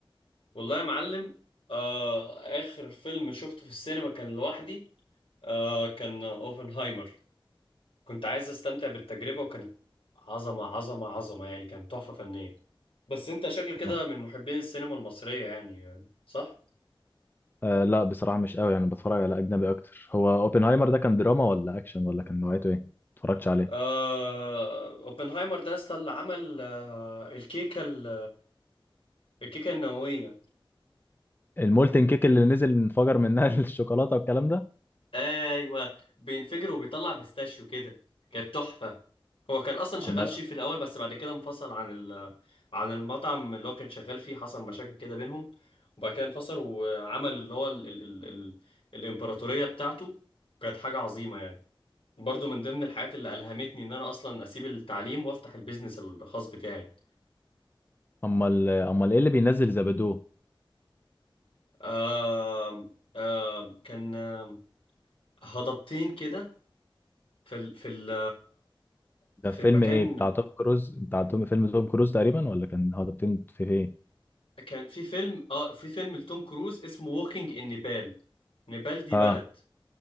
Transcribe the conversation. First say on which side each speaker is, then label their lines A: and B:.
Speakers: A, on the left; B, on the left.
A: والله يا معلم آه آخر فيلم شفته في السينما كان لوحدي آه كان أوبنهايمر كنت عايز أستمتع بالتجربة وكانت عظمة عظمة عظمة يعني كانت تحفة فنية بس أنت شكل كده
B: آه.
A: من محبين السينما المصرية يعني صح؟
B: آه لا بصراحة مش قوي يعني بتفرج على أجنبي أكتر هو أوبنهايمر ده كان دراما ولا أكشن ولا كان نوعيته إيه؟ متفرجتش عليه
A: آه أوبنهايمر ده أصلا اللي عمل آه الكيكة ال- الكيكة النووية
B: المولتن كيك اللي نزل انفجر منها <laughs> الشوكولاتة والكلام ده
A: ايوه بينفجر وبيطلع بيستاشيو كده كانت تحفه هو كان اصلا شغال
B: أمال
A: شيف في الاول بس بعد كده انفصل عن ال... عن المطعم اللي هو كان شغال فيه حصل مشاكل كده بينهم وبعد كده انفصل وعمل اللي هو ال... ال... ال... ال... الامبراطوريه بتاعته كانت حاجه عظيمه يعني برضو من ضمن الحاجات اللي الهمتني ان انا اصلا اسيب التعليم وافتح البيزنس الخاص بتاعي
B: أمال أمال إيه اللي بينزل زبدو
A: آم... آم... كان آم، هضبتين كده في ال... في ال...
B: ده
A: في
B: فيلم
A: مكان
B: إيه بتاع توم كروز بتاع توم فيلم توم كروز تقريبا ولا كان هو ده بتن- في إيه؟
A: كان في فيلم اه في فيلم لتوم كروز اسمه ووكينج ان نيبال نيبال دي
B: اه
A: بلد